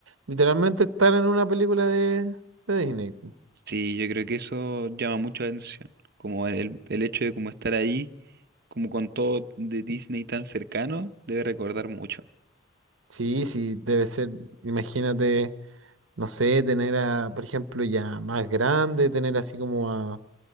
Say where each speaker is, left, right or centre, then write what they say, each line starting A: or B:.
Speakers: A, on the right; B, on the right.
A: literalmente estar en una película de, de Disney.
B: Sí, yo creo que eso llama mucho la atención, como el, el hecho de como estar ahí, como con todo de Disney tan cercano, debe recordar mucho.
A: Sí, sí, debe ser, imagínate, no sé, tener a, por ejemplo, ya más grande, tener así como a,